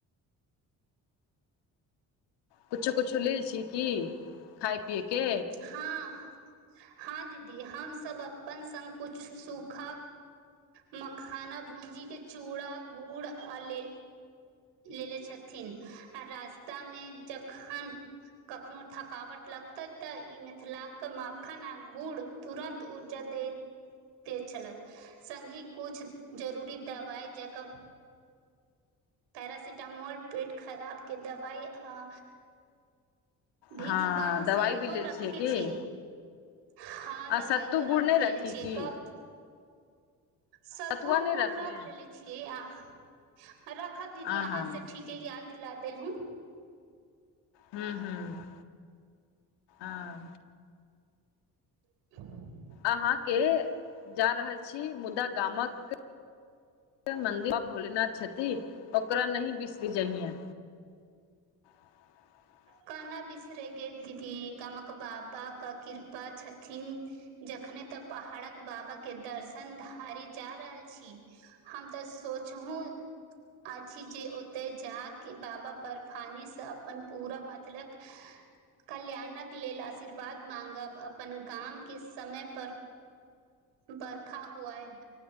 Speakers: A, on the left; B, on the right.
A: कुछो-कुछो लय छीयै की खाय पियै के?
B: हां-हां दीदी हम सब अप्पन संग कुछ सुखा मखाना भूंजी के चूड़ा-गुड़ आ ले लेेले छथिन आ रास्ता मे जखन‌ कखनो थकावट लागतै तऽ ई मिथिलाक माखन आ गुड़ तुरंन्त ऊर्जा देैत ते छलक संगहि कुछ जरूरी दवाई जका पैरासिटामोल, पेट खराब के दवाई आ भिक्स
A: हँ
B: बाम
A: दवाइ
B: सेहो
A: भी लेल
B: रखै
A: की
B: छियै। हां
A: आ
B: दबाइयो
A: सत्तू गुड़
B: रख
A: नहि रखी
B: लेले छियै
A: की
B: कब सतुवो
A: सतुआ नहि
B: गुड़
A: रखले
B: रख लेलै छीयै आंह रखब दीदी
A: आ
B: अहाँ
A: हँ
B: से ठीके याद दिला देलहूँ
A: हूँ-हूँ आर
B: ह <inaudible>
A: अहाँके जा रहल छी मुदा गामक मन्दिर मे भोलेनाथ छथि ओकरा नहि बिसरी जहियै। ह <inaudible>
B: कना बिसरे गे दीदी गामक बाबा कऽ कृपा छथिन। जखने तै पहाड़क बाबा के दर्शन धारी जा रहल छी। हम तै सोचहूँ अछि जे ओता जा के बाबा बर्फानी से तै अपन पूरा मतलक कल्याणक लेल आशीर्वाद माँगब अपन गामके समय पर बर्खा हुऐब,